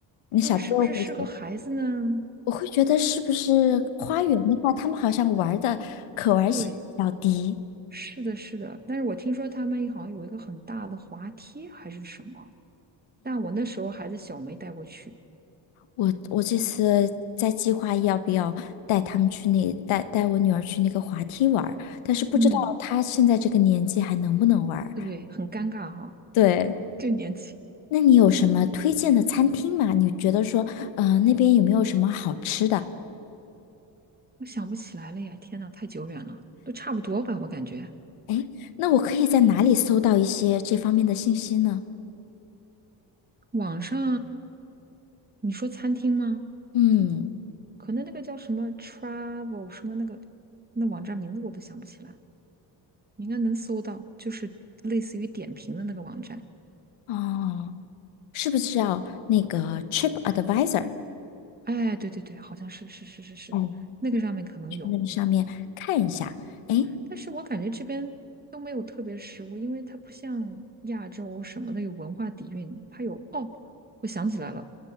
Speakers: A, on the left (about 85°); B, on the right (about 20°).
A: 那小朋友会说，
B: 但是是不是适合孩子呢？
A: 我会觉得是不是花园的话，他们好像玩儿的可玩性比较低。
B: 对，是的，是的。但是我听说他们好像有一个很大的滑梯还是什么，但我那时候孩子小没带过去。
A: 我我这次在计划要不要带他们去那带带我女儿去那个滑梯玩儿但是不知道她现在这个年纪还能不能玩儿
B: 嗯，对，很尴尬哈，
A: 对，
B: <laughs> 就年轻，
A: 那你有什么推荐的餐厅吗？你觉得说，呃，那边有没有什么好吃的？
B: 我想不起来了呀，天呐，太久远了，都差不多吧，我感觉。
A: 哎，那我可以在哪里搜到一些这方面的信息呢？
B: 网上，你说餐厅吗？
A: 嗯，
B: 可能那个叫什么 travel 什么那个那网站名字我都想不起来，你应该能搜到，就是类似于点评的那个网站。
A: 哦，是不是要那个 TripAdvisor？
B: 哎，对对对，好像是是是是是，
A: 嗯，嗯
B: 那个上面可能有，
A: 去那个上面看一下。哎，
B: 但是我感觉这边都没有特别食物，因为它不像亚洲什么的有文化底蕴，它有哦，我想起来了，